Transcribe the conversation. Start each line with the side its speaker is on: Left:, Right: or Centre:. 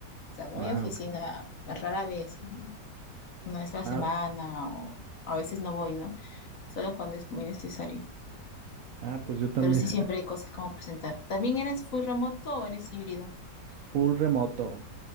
Left: O sea, voy
Right: Ah,
Left: a oficina
Right: ok.
Left: rara vez, una vez a la
Right: Ah,
Left: semana o a veces no voy, ¿no? Solo cuando es muy necesario.
Right: ah, pues yo también.
Left: pero sí siempre hay cosas como presentar. ¿También eres full remoto o eres híbrido?
Right: <laughs> Full remoto